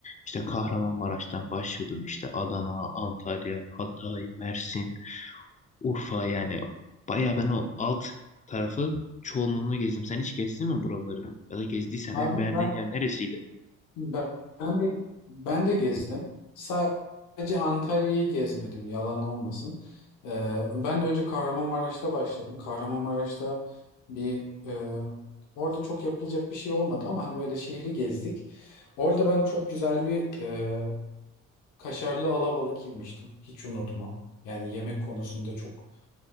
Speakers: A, on the left (about 25°); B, on the left (about 85°).
A: İşte Kahramanmaraş'tan başladım. İşte Adana, Antalya, Hatay, Mersin. Urfa yani bayağı ben o alt tarafı çoğunluğunu gezdim. Sen hiç gezdin mi buraları? Ya da gezdiysen
B: Abi
A: en beğendiğin
B: ben
A: yer neresiydi?
B: Ben ben de ben de gezdim. Sadece Antalya'yı gezmedim, yalan olmasın. Ee, ben de önce Kahramanmaraş'ta başladım. Kahramanmaraş'ta bir e, orada çok yapılacak bir şey olmadı ama hani böyle şehri gezdik. Orada ben çok güzel bir e, kaşarlı alabalık yemiştim. Hiç unutmam. Yani yemek konusunda çok